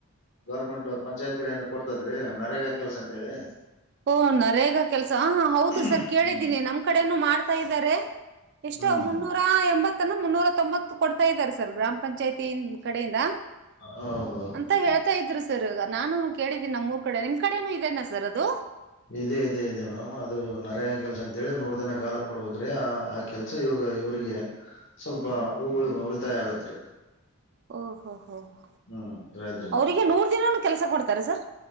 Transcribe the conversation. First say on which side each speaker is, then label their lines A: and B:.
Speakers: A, on the left (about 55°); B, on the right (about 50°).
A: ಗೌರ್ಮೆಂಟ್ ಪಂಚಾಯತ್ ಕಡೆಯಿಂದ ಕೊಡ್ತದ್ರಿ ಮರೇಗ ಕೆಲ್ಸ ಅಂತ ಹೇಳಿ
B: ಓ ನರೇಗಾ ಕೆಲ್ಸ ಹ ಹೌದು
A: ಹ್ಮ್
B: ಸರ್ ಕೇಳಿದ್ದೀನಿ ನಮ್ ಕಡೆನೂ ಮಾಡ್ತಾ ಇದ್ದಾರೆ ಎಷ್ಟು
A: ಹ್ಮ್
B: ಮುನ್ನೂರ ಎಂಬತ್ತನ್ನು ಮುನ್ನೂರ ತೊಂಬತ್ತು ಕೊಡ್ತಾ ಇದ್ದಾರೆ ಸರ್ ಗ್ರಾಮ್ ಪಂಚಾಯತಿ ಕಡೆಯಿಂದ
A: ಹೌದೌದು
B: ಅಂತ ಹೇಳ್ತಾ ಇದ್ರು ಸರ್ ಸರ್ ನಾನು ಕೇಳಿದ್ದೀನಿ ನಮ್ಮ್ ಮೂರ್ ಕಡೆ ನಿಮ್ ಕಡೆನು ಇದದೆೇನಾ ಸರ್ ಅದು
A: ಇದದೆ ಇದೆ ಇದೆ ಮೇಡಮ್ ಅದು ನರ ಕೆಲ್ಸ ಅಂತೇಳಿ ನೂರ್ ದಿನ ಕಾಲಕ್ ಕೊಡ್ಬೇಕ್ರಿ ಆ ಆ ಕೆಲ್ಸ ಇವಾಗ ಇವರಿಗೆ ಸ್ವಲ್ಪ ಉಳಿತಾಯ ಆಗತ್
B: ಓ ಹೋ ಹೋ ಹ
A: ಹ್ಮ್ ರೈತರಿಗೆ
B: ಅವ್ರರಿಗೆ ನೂರ್ ದಿನಾನ ಕೆಲ್ಸ ಕೊಡ್ತಾರೆ ಸರ್